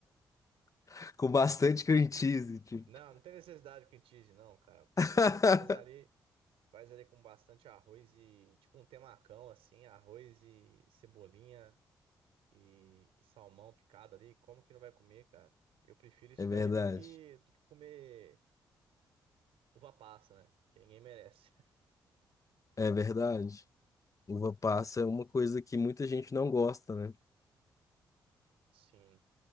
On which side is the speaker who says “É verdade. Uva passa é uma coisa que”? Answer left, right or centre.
Left